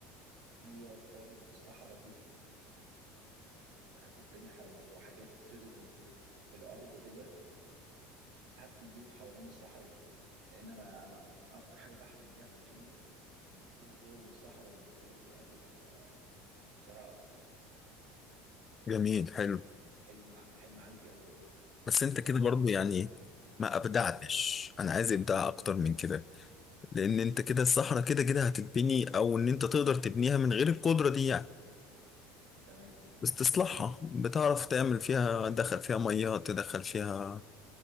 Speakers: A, on the right; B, on the left.
A: مية وطمي للصحراء دي هتتبني حوالي وحاجات تروي الارض ديت وهبني بيوت حوالين الصحراء دي لان انا انا انا اكتر حاجه بحلم بيها في الدنيا ان كل الصحراء اللي موجوده في الارض تبقى زراعه افضل انا
B: جميل حلو
A: حلم حلم عندي قوي
B: بس
A: ولو
B: أنت كده
A: سالتني
B: برضو يعني ما أبدعتش
A: قول
B: أنا عايز إبداع أكتر من كده لأن أنت كده الصحراء كده كده هتتبني أو إن أنت تقدر تبنيها من غير القدرة دي يعني
A: تمام
B: بس تصلحها بتعرف تعمل فيها تدخل فيها مية تدخل فيها